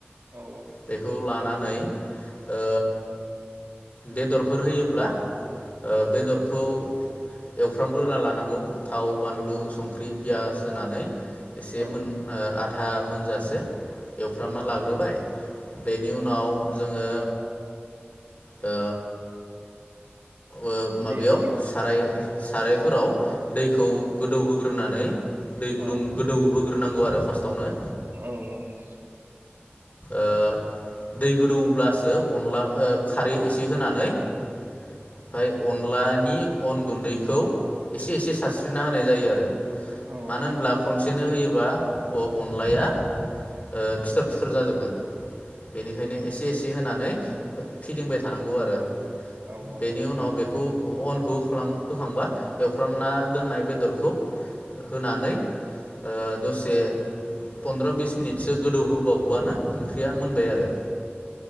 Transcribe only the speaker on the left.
बेखौ लाना नानै ओ बेदर फोर होयोब्ला ओ
बेदरखौ एवफ्राम ग्रोना लानांगौ थाव, बानलु, संख्रि, पियास होनानै एसे
मोन ओ आधा मोनजासे एवफ्रामना
लाग्रोबाय बेनि
उनाव जोङो ओ ओ माबायाव
साराय
साराय फोराव दैखौ
गोदौहोग्रो नानै दै गुदुं
गोदौ होग्रो होनांगौ आरो फार्स्ट आवनो।
ओदै गोदौ ब्लासो अनला ओ खारै एसे दि होनानै ओमफ्राय अन अनलानि अन गुन्दैखौ एसे एसे सारस्रिना होनाय जायो आरो।
मानो होनब्ला खनसेनो होयोबा अ अन अनलाया ओ फिथर फिथर जाजोबगोन। बेनिखायनो एसे एसे होनानै फिदिंबाय थानांगौ आरो
बेनि उनाव बेखौ अनखौ होफ्लां होखांबा एवफ्रामना दोननाय बेदरखौ होनानै ओ दसे पनन्द्र' बिस मिनितसो गोदौहो बावबानो ओंख्रिया मोनबाय आरो